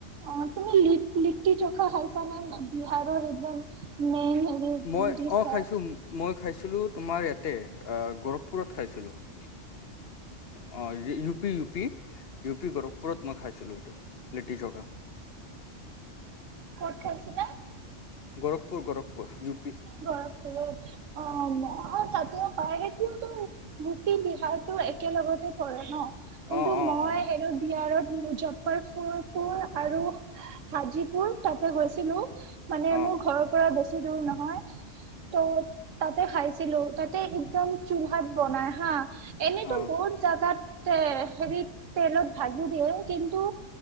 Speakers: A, on the right (about 85°); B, on the left (about 55°).
A: অ', তুমি লি-লিট্টি চ'খা খাইছানে? বিহাৰৰ একদম মেইন হেৰি
B: মই
A: ডিছ
B: অ',
A: হয়
B: খাইছোঁ মই খাইছিলোঁ তোমাৰ ইয়াতে অ', গৰখপুৰত খাইছিলোঁ। অ', U P U P, U P গৰখপুৰত মই খাইছিলোঁ এইটো, লিট্টি চ'খা।
A: ক'ত খাইছিলাঁ?
B: গৰখপুৰ গৰখপুৰ ইউ প
A: গৰখপুৰত অ', অ, তাতেও পায় কিন্তু গোটেই বিহাৰটো একেলগতে পৰে ন? কিন্তু
B: অ অ
A: মই
B: অ
A: সেইটো বিহাৰত মুজাপ্পৰফৰপুৰ আৰু হাজিপুৰ তাতে গৈছিলো। মানে
B: অ
A: মোৰ ঘৰৰ পৰা বে ছি দূৰ নহয়। ত-তাতে খাইছিলো। তাতে একদম চোলহাত বনাই হা। এনেতো
B: অ
A: বহুত যাগাত তে-হেৰিত তেলত ভাজি দিয়ে কিন্তু,